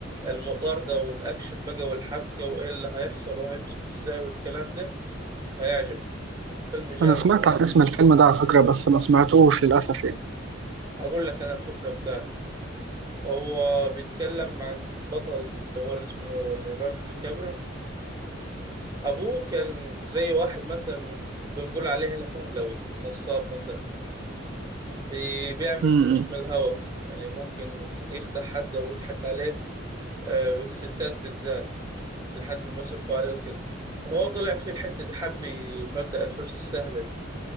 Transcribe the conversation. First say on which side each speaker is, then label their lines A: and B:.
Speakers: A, on the right; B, on the right.
A: المطاردة والأكشن بقى والحبكة وإيه اللي هيحصل وهيمسك إزاي والكلام ده هيعجبك الفيلم جامد
B: انا سمعت
A: من الآخر
B: عن اسم الفيلم ده على فكره بس ما سمعتوش للاسف يعني
A: أقول لك أنا الفكرة بتاعته هو بيتكلم عن البطل اللي هو اللي اسمه ليوناردو دي كابرو أبوه كان زي واحد مثلا بنقول عليه هنا فهلوي نصاب مثلا بي- بيعمل
B: امم
A: فلوس من الهوا يعني ممكن يخدع حد أو يضحك عليه آه، الستات بالذات لحد ما يصرفوا عليه وكده فهو طلع في الحتة دي حب ي- مبدأ الفلوس السهلة دي